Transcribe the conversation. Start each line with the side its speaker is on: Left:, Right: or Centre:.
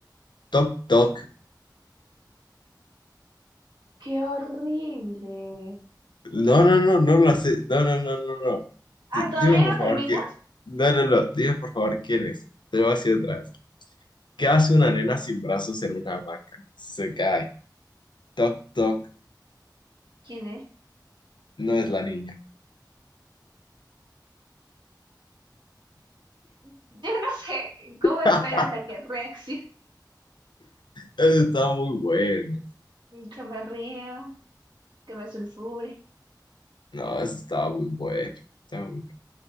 Left: Toc, toc.
Right: Qué horrible.
Left: No, no, no, no lo hace. No, no, no, no, no.
Right: Ah,
Left: Di- dime
Right: ¿todavía
Left: por
Right: no
Left: favor
Right: terminas?
Left: que. No, no, no. Dime por favor quién es. Te lo voy a decir otra vez. ¿Qué hace una nena
Right: Ok,
Left: sin brazos en una hamaca? Se cae. Toc, toc.
Right: ¿Quién es?
Left: No es la niña.
Right: Yo no sé cómo esperas
Left: <laughs>
Right: a que reaccione,
Left: Eso está muy bueno.
Right: <laughs> que me ría, que me sulfure.
Left: No, eso está muy bueno. Está muy